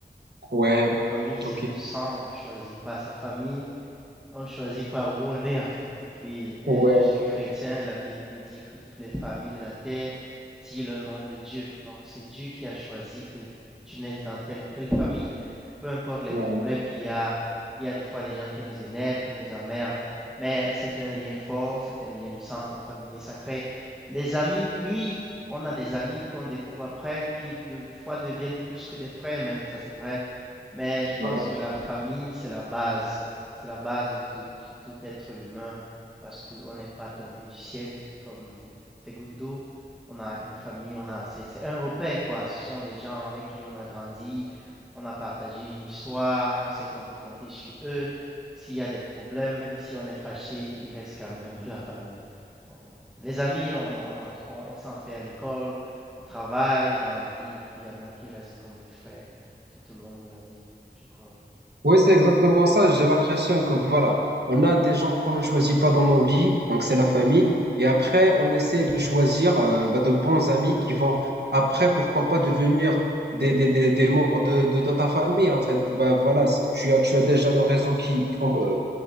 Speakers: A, on the right; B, in the centre.
A: Ouais,
B: La famille, c'est
A: ok.
B: le sang, on ne choisit pas sa famille. On ne choisit pas où on est en fait. Et puis, euh,
A: Ouais,
B: je suis chrétien. La Bible dit que toutes les familles de la terre tirent le nom de Dieu. Donc, c'est Dieu qui a choisi que tu naisses dans telle ou telle famille. Peu importe les
A: ouais,
B: problèmes qu'il y a, il y a des fois des gens qui nous énervent, qui nous emmerdent, mais c'est un lien fort, c'est un lien de sang. La famille est sacrée. Les amis, oui, on a des amis qu'on découvre après qui des fois deviennent plus que des frères, même, ça c'est vrai. Mais je pense
A: ouais.
B: que la famille, c'est la base. C'est la base de tout, tout tout être humain parce qu'on n'est pas tombé du ciel comme des gouttes d'eau. On a une famille, on a, c'est, c'est un repère quoi. Ce sont des gens avec qui on a grandi, on a partagé une histoire, on sait qu'on peut compter sur eux. S'il y a des problèmes, même si on est fâché, il reste quand même <laughs> la famille. Oh, oui. Les amis, on, on, en tr- on- on s'en fait à l'école, au travail, dans la vie, et puis il y en a qui restent comme des frères tout au long de la vie, je crois, oui.
A: Oui, c'est exactement ça. J'ai l'impression que voilà, on a des gens qu'on ne choisit pas dans nos vies, donc c'est la famille. Et après, on essaie de choisir euh, bah, de bons amis qui vont après, pourquoi pas, devenir des, des, des, des membres de, de, de ta famille, en fait. Bah, voilà, si tu as, tu as déjà le réseau qui, euh,